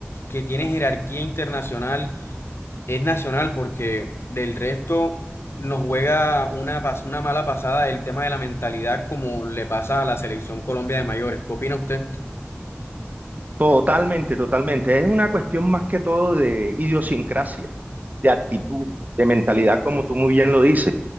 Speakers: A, on the left; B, on the right.
A: que tiene jerarquía internacional es Nacional, porque del resto nos juega una, pas- una mala pasada el tema de la mentalidad como le pasa a la selección Colombia de mayores. ¿Qué opina usted?
B: Totalmente, totalmente. Es una cuestión más que todo de idiosincrasia, de actitud, de mentalidad, como tú muy bien lo dices.